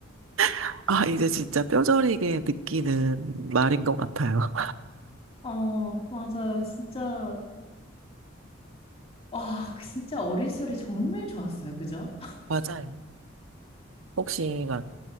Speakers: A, on the right (about 75°); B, on the left (about 30°).
A: <laughs> 아, 이제 진짜 뼈저리게 느끼는 말인 것 같아요.
B: 어, 맞아요. 진짜 와, 그 진짜 어린 시절이 정말 좋았어요. 그죠?
A: <laughs> 맞아요. 혹시 막